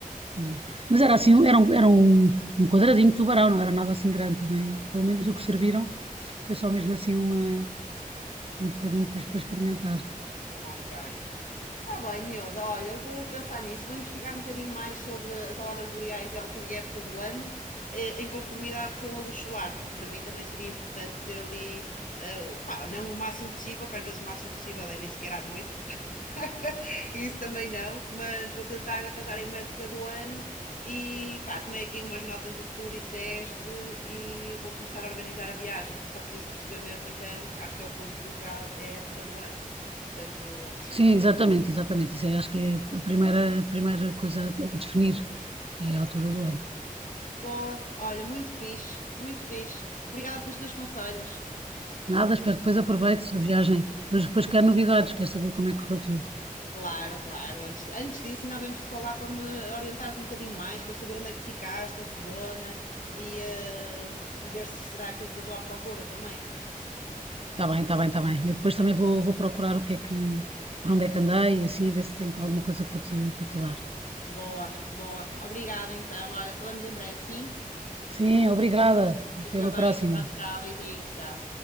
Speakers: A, on the right; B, on the left.
A: não. Mas era assim, um- era um, era um, um quadradinho de tubarão, não era nada assim grande também. Pelo menos
B: Ah,
A: o que serviram foi só mesmo assim uma um bocadinho depois para experimentar.
B: Ok. Está bem, miúda. Olha, eu vou pensar nisso, vou investigar um bocadinho mais sobre as auroras boreais e a altura e época do ano, eh, em conformidade com a luz solar, porque para mim também seria importante ter ali, eh, o- pá, não o máximo possível, que às vezes o máximo possível é nem sequer à noite, <laughs> isso também não, mas vou tentar arranjar em uma época do ano e, pá, tomei aqui umas notas do que tu disseste e vou começar a organizar a viagem. Só preciso perceber mesmo então, acho que é o ponto fulcral, é a época do ano. Portanto,
A: Sim, exatamente, exatamente. Isso aí acho que é a primeira, a primeira coisa a definir, é a altura do ano.
B: Boa, olha, muito fixe, muito fixe. Obrigada pelos teus conselhos.
A: Nada, espero que depois aproveite a viagem. Depois, depois quero novidades, quero saber como é que correu tudo.
B: Claro, claro. Antes, antes disso, ainda havemos de falar para me orientares um bocadinho mais, para eu saber onde é que ficaste, em que zona e, eh, e ver se será aquilo que eu estou à procura também.
A: Está bem, está bem, está bem. Eu depois também vou, vou procurar o que é que, por onde é que andei e assim, ver se tenho alguma coisa para te, para te dar.
B: Boa, boa. Obrigada então. Olha, falamos em breve, sim?
A: Sim, obrigada.
B: Fica
A: Até uma
B: bem.
A: próxima.
B: Tchau, tchau. Beijinhos, tchau.